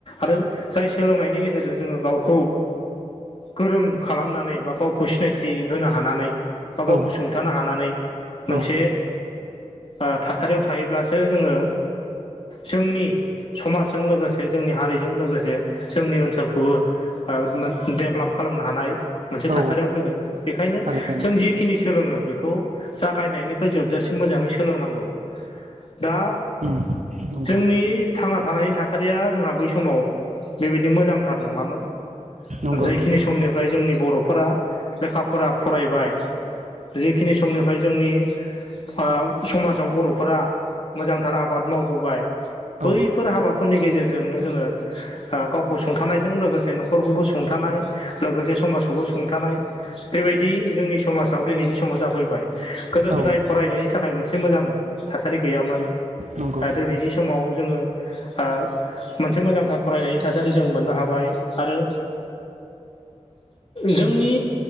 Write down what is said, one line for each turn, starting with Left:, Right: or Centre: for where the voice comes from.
Left: आरो जाय सोलोंनायनि गेजेरजों जोङो गावखौ गोरों खालामनानै बा गावखौ सिनायथि होनो हानानै बा
Right: औ
Left: गावखौ सुंथानो हानानै मोनसे
Right: औ
Left: ओ थासारियाव थायोब्लासो जोङो जोंनि समाजजों लोगोसे जोंनि हारिजों लोगोसे जोंनि ओनसोलखौबो आ मोन डेभलप खालामनो हानाय मोनसे
Right: औ
Left: थासारियाव फैगोन। बेखायनो
Right: थारैनो
Left: जों जिखिनि सोलोङो बेखौ जागायनायनि फै जोबजासिम मोजाङै सोलोंनांगौ। दा
Right: उम नंगौ
Left: जोंनि थांना थानायनि थासारिया जोंहा बै समाव बेबायदि मोजांथार नङामोन।
Right: नंगौ
Left: जैखिनि
Right: नंगौ
Left: समनि फ्राय जोंनि बर'फोरा लेखा फ'रा फरायबाय जेखिनि समनिफ्राय जोंनि ओ समाजाव बर'फोरा मोजांथार आबाद मावबोबाय
Right: औ
Left: बैफोर हाबाफोरनि गेजेरजोंनो जोङो ओ गावखौ सुंथानायजों लोगोसे न'खरखौबो सुंथानाय लोगोसे समाजखौबो सुंथानाय बेबायदि जोंनि समाजाव दिनैनि समाव जाफैबाय गोदो
Right: औ
Left: गोदाय फरायनायनि थाखाय मोनसे मोजां थासारि गैयामोन
Right: नंगौ
Left: दा दिनैनि स माव जोङो ओ मोनसे मोजांथार फरायनायनि थासारि जों मोननो हाबाय आरो जोंनि